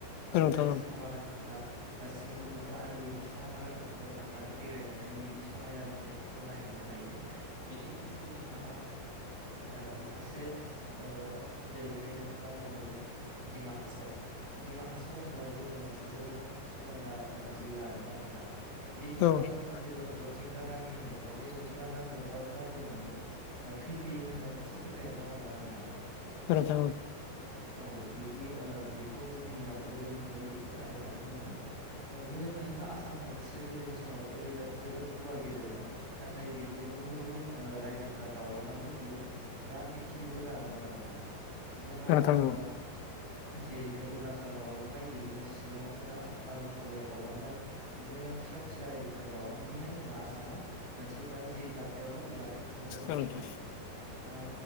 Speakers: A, on the left; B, on the right.
A: औ नोंथां
B: जाय
A: औ
B: साहा बागान फोरा दासिमबो दङ आरो बेफोर साहा बागान ओनसोलाव थांनानै बेरायहैनानै बिनि समायना नुथाय फोरखौ नायहैनो हायो बेजों लोगोसे जोंहा मा ओ माखासे ओ जेरैहाय नोंथाङा बुंदोंमोन दिमा हासाव दिमा हासाव ओनसोलाबो जोंनि मोनसे जोबोद समायना जिल्ला आरोना नोंथां बि डिमा
A: औ नोंथां औ
B: हासावआव मोनसे ज जथिंगा गामि होननाय दं बे जथिंगा गामियाव दाउ फोरा फैनानै थैफैयो होननाय मोनसे फोथायनाय दं आरोना नोंथां
A: औ नोंथां औ
B: औ बिदि बेखौ जोंनियाव गोदोनिफ्रायनो बेखौ खोनाबाय थानो मोनदों बुंनो थाङोब्ला आसाम हादोरसाया गोदोनि समाव ओरैबाय जोबोद गुवार गेदेरमोन नाथाय बिदिनो गुबुन गुबुन ओ रायजोफोरा गावलांनानै बेयो दा बेखिनिल' जाना दं आरोना जोंहा
A: औ नोंथां
B: ओ
A: औ
B: जेरैहाय अरुणाचला गावलांबाय बिदिनो शिलंफोरा बा मेघालया गावलांबाय बिदिनो फिसा फिसा रायजोफोरा गावलांनानैहाय जोंना आसामा मोनसे दा जे दाथायाव दं बे दाथाय खिनियाल' दंसै
A: औ नोंथां
B: आरो ओ